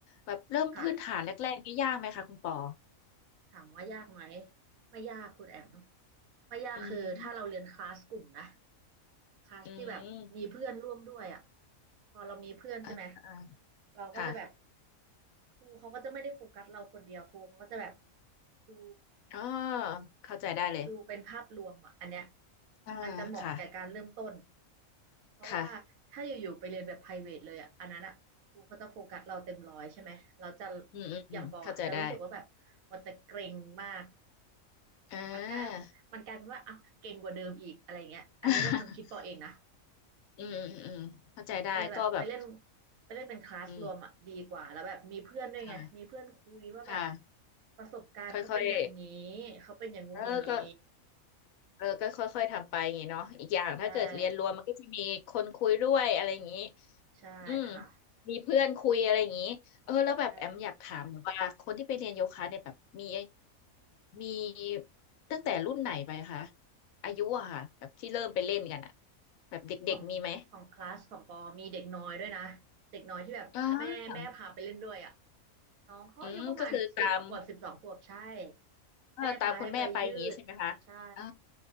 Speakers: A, on the left; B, on the right.
A: แบบเริ่มพื้นฐานแรกๆนี่ยากไหมคะคุณปอ
B: ค่ะถามว่ายากไหมไม่ยากคุณแอมไม่ยากคือถ้าเราเรียนคลาสกลุ่มนะ
A: อืม
B: คลาสที่แบบมีเพื่อนร่วมด้วยอ่ะ
A: อืม
B: พอเรามีเพื่อนใช่ไหม
A: อ่าอ่า
B: เราก็จะแบบ
A: ค่ะ
B: ครูเขาก็จะไม่ได้โฟกัสเราคนเดียวครูเขาก็จะแบบดู
A: อ๋อเข้าใจได้เลย
B: ดูเป็นภาพรวมอ่ะอันเนี้ย
A: อ่าค่ะ
B: มันจะเหมาะแก่การเริ่มต้นเพราะว่าถ้าอยู่ๆไปเรียนแบบ
A: ค่ะ
B: private เลยอ่ะอันนั้นอ่ะครูเขาจะโฟกัสเราเต็มร้อยใช่ไหมเราจะ
A: อืมอืมอืมเข้าใจได้
B: อย่างปออะจะรู้สึกว่าแบบปอจะเกรงมาก
A: อ่า
B: มันก็มันกลายเป็นว่าอ่ะเกรงกว่าเดิมอีกอะไรเงี้ยอันนี้ในความคิดปอเองนะ
A: <laughs> อืมอืมอืมเข้าใจได้ก็แบบ
B: ก็เลยแบบไปเล่นไปเล่นเป็นคลาสรวมอ่ะดีกว่าแล้วแบบมีเพื่อนด้วยไงมีเพื่อนคุยว่าแบบ
A: อืมค่ะค่ะ
B: ประสบการณ์เขาเป็นแบบนี้
A: ค่อย
B: เขาเป็นอย่างงู้นอย่างนี้
A: ๆเออก็เออก็ค่อยๆทำไปอย่างงี้เนาะอีกอย่างถ้าเกิดเรียนรวมมันก็จะมีคนคุยด้วยอะไรอย่างงี้
B: ใช่ใช่ค่ะ
A: อืมมีเพื่อนคุยอะไรอย่างงี้เออแล้วแบบแอมอยากถามหน่อยว่าคนที่ไปเรียนโยคะเนี่ยแบบมี
B: ใช่
A: มีตั้งแต่รุ่นไหนไปคะอายุอะค่ะแบบที่เริ่มไปเล่นกันอะแบบเด็กๆมีไหม
B: ของของคลาสของปอมีเด็กน้อยด้วยนะเด็กน้อยที่แบบแม่แม่พาไปเล่นด้วยอ่ะ
A: อ่า
B: น้องเขาอายุประมาณสิบขวบสิบสองขวบใช่
A: อืมก็คือตาม เออตามคุณแม่ไปอย่างงี้ใช่ไหมคะอ่า
B: แม่พาให้ไปยืดใช่